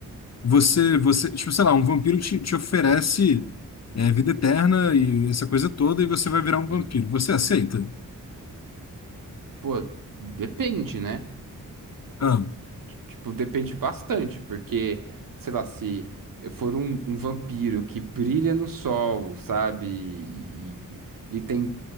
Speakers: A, on the left (about 50°); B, on the right (about 75°).
A: você, você, tipo, sei lá, um vampiro te, te oferece é, vida eterna e essa coisa toda, e você vai virar um vampiro.
B: hum, hum.
A: Você aceita?
B: Pô, depende, né?
A: Ah.
B: Tipo, depende bastante, porque, sei lá, se eu for um, um vampiro que brilha no sol, sabe? E, e- e tem